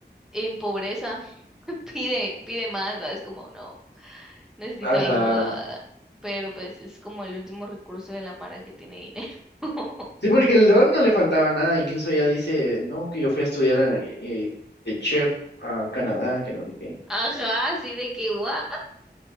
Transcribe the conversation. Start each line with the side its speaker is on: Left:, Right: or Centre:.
Centre: en pobreza <laughs> pide, pide más, ¿va? Es como, no, necesito
Left: Ajá.
Centre: ayuda. Pero pues es como el último recurso de la mara que tiene dinero. <laughs>
Left: Sí, porque el don no le faltaba nada, incluso ya dice, no, que yo fui a estudiar eh, de chef a Canadá, que no sé qué.
Centre: Ajá, así de que, what?